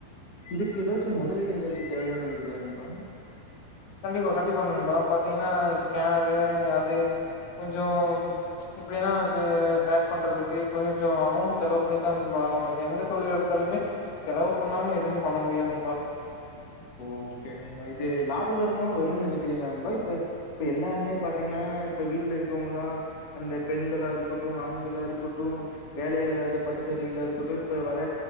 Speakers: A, on the left (about 70°); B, on the left (about 90°).
A: இதுக்கு ஏதாச்சு முதலீடு ஏதாச்சு தேவையா நெனைக்கிறியா நண்பா
B: கண்டிப்பா கண்டிப்பா நண்பா பாத்தீங்கன்னா ஸ்கேனரு அது கொஞ்சோ எப்டின்னா அது பேக் பண்றதுக்கு கொஞ்சோ அமௌண்ட் செலவு பண்ணிதா நண்பா ஆகணு எந்த தொழில் எடுத் தாலுமே செலவு பண்ணாம எதுவுமே பண்ண முடியாது நண்பா
A: ஓகே நண்பா இது லாபகரமா வருன் நெனைக்கிறிங்ளா நண்பா இப்ப இப்ப எல்லாருமே பாத்தீங்கன்னா இப்ப வீட்ல இருக்கவங்கலா அந்த பெண்களா இருக்கட்டு ஆண்களா இருக்கட்டு வேலையில்லாத பட்டத்தாரிகளா இருக்கட்டு இப்ப வர